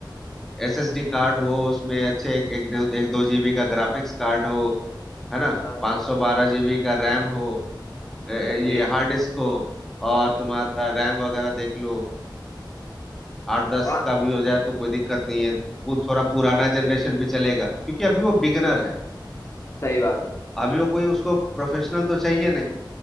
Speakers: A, in the centre; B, on the left (about 35°).
A: एसएसडी कार्ड हो उसमें अच्छे एक एक दो, एक दो जीबी का ग्राफिक्स कार्ड हो है ना
B: हाँ
A: पाँच
B: हाँ
A: सौ बारह जीबी का रैम हो ए- ए-
B: सही
A: ये
B: है
A: हार्ड डिस्क हो और तुम्हारा रैम वगैरह देख लो आठ दस
B: हाँ
A: का भी हो जाए तो कोई दिक्कत नहीं है वो थोड़ा पुराना जनरेशन भी चलेगा क्योंकि अभी वो बिगनर है
B: सही बात है
A: अभी वो कोई उसको प्रोफेशनल तो चाहिए नहीं